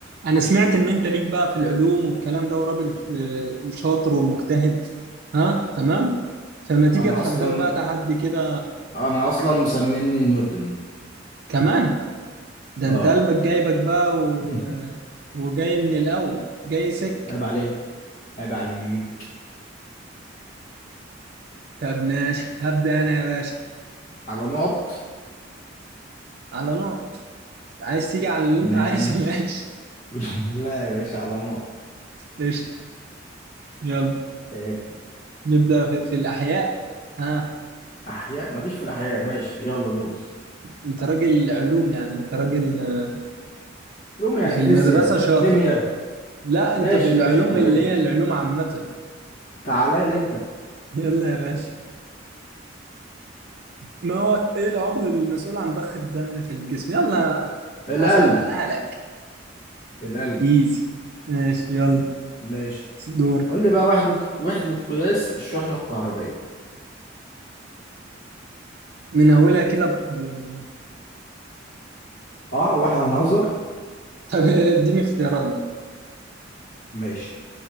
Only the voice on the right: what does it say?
انا سمعت ان انت ليك بقى في العلوم والكلام ده وراجل آه، شاطر ومجتهد ها تمام فما تيجي
اتحداك
بقى تحدي كده
كمان ده
انت قلبك جايبك بقى و...
وجاي من الاول جاي سك
طب ماشي هبدأ انا يا باشا
على نقط عايز تيجي على اللي
انت عايزه <laughs> ماشي
قشطة يلا
نبدأ في, في الاحياء ها
انت راجل علوم يعني انت راجل آه،
في
المدرسة شاطر
لا انت
في العلوم
اللي
هي العلوم عامة
يلا يا باشا ما هو ايه العضو المسؤول عن ضخ الدم في الجسم يلا
اسهلها لك
ايزي ماشي يلا
دور
من اولها كده ب...
طب اديني اختيارات بقى.